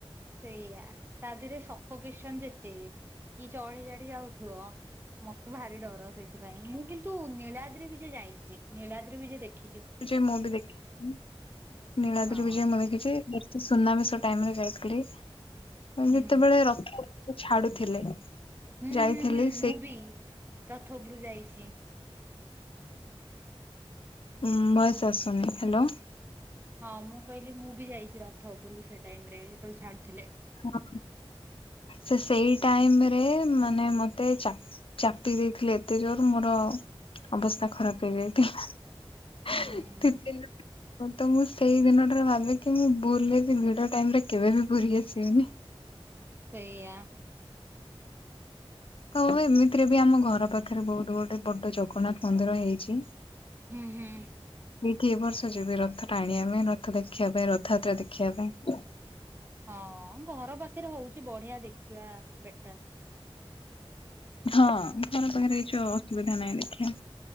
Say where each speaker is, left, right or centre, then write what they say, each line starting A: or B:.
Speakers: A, on the right (about 20°); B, on the left (about 60°).
A: ସେଇଆ ତା ଦେହରେ ସଫା କିସନ ଯେତେ। କି ଚଢି ଚଢି ଯାଉଥିବ। ମତେ ଭାରି ଡର ସେଇଥିପାଇଁ ମୁଁ କିନ୍ତୁ ନୀଳାଦ୍ରି ବି ଯେ ଯାଇଛି। ନୀଳାଦ୍ରି ବି ଯେ ଦେଖି
B: ବିଜୟ ମୁଁ ବି ଦେଖିଛି ନୀଳାଦ୍ରି
A: ହଁ
B: ବିଜୟ ମୁଁ ଦେଖିଛି। ସୁନାବେଶ ଟାଇମରେ ଯାଇଥିଲି।
A: ହୁଁ
B: ଯେତେବେଳେ ରଥ ଉପରକୁ ଛାଡୁଥିଲେ।
A: ହୁଁ,
B: ଯାଇଥିଲି
A: ହୁଁ, ହୁଁ,
B: ସେଇ
A: ମୁଁ ବି ରଥ ଉପରକୁ ଯାଇଚି।
B: ଉଁ ଭୟସ ଆସୁନି ହାଲୋ।
A: ହଁ ମୁଁ କହିଲି ମୁଁ ବି ଯାଇଛି ରଥ ଉପରକୁ ସେ ଟାଇମ ରେ ଯେତେବେଳେ ଛାଡୁଥିଲେ।
B: ହଁ ସେ ସେଇ ଟାଇମ ରେ ମାନେ ମତେ ଚାପି ଦେଇଥିଲେ ଏତେ ଜୋର ମୋର ଅବସ୍ଥା ଖରାପ ହେଇଯାଇଥିଲା।
A: ହୁଁ
B: <inaudible> ହଁ ତ ମୁଁ ସେଇ ଦିନଟାରେ ଭାବିିକ ମୁଁ ଭୁଲରେବି ଭିଡ ଟାଇମ ରେ କେବେବି ପୁରୀ ଆସିବିନି।
A: ସେଇଆ।
B: ହଉ ଏମିତିରେ ବି ଆମ ଘର ପାଖରେ ବହୁତ ଗୋଟେ ବଡ ଜଗନ୍ନାଥ ମନ୍ଦିର ହେଇଚି।
A: ହୁଁ ହୁଁ।
B: କି ବର୍ଷ ଯିବି ରଥ ଟା ଆଣ ଆମେ ରଥ ଦେଖିବା ପାଇଁ ରଥଯାତ୍ରା ଦେଖିବା ପାଇଁ
A: ହଁ ଘର ପାଖରେ ହଉଚି ବଢିଆ ଦେଖିବା ବେଟର।
B: ହଁ ଘର ପାଖରେ କିଛି ଅସୁବିଧା ନାହିଁ ଦେଖିବା।